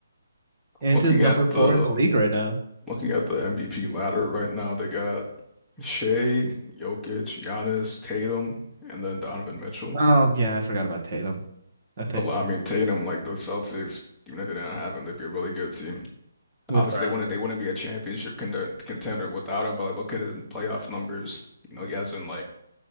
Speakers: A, on the right; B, in the centre.
A: Ant
B: Looking
A: is number
B: at
A: four
B: the
A: in the league right now.
B: looking at the MVP ladder right now, they got Shea, Jokic, Giannis, Tatum, and then Donovan Mitchell.
A: Oh, yeah, I forgot about Tatum. I think
B: But I mean, Tatum, like those Celtics, even if they didn't have him, they'd be a really good team.
A: with
B: Obviously,
A: Brown.
B: they wouldn't they wouldn't be a championship contender, contender without him. But like, look at his playoff numbers. You know, he has been like